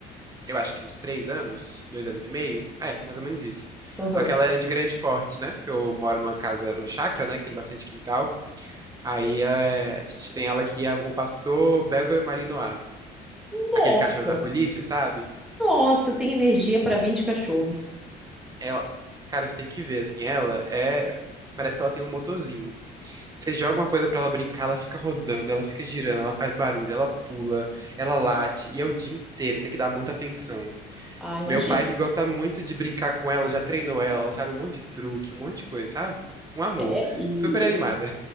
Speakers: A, on the right; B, in the centre.
A: eu acho que uns três anos, dois anos e meio. É, mais ou menos isso.
B: Aham.
A: Só que ela é de grande porte, né? Porque eu moro numa casa, numa chácara, né, que tem bastante quintal. Aí é, a gente tem ela que é um pastor belga malinois,
B: Nossa,
A: aquele cachorro da polícia, sabe?
B: nossa, tem energia para 20 cachorros.
A: Ela, cara, você tem que ver, assim, ela é, parece que ela tem um motorzinho. Você joga uma coisa pra ela brincar, ela fica rodando, ela fica girando, ela faz barulho, ela pula, ela late, e é o dia inteiro, tem que dar muita atenção.
B: Ah, imagino.
A: Meu pai que gosta muito de brincar com ela, já treinou ela, ela sabe um monte de truque, um monte de coisa, sabe? Um amor,
B: É, e,
A: super
B: e-
A: animada.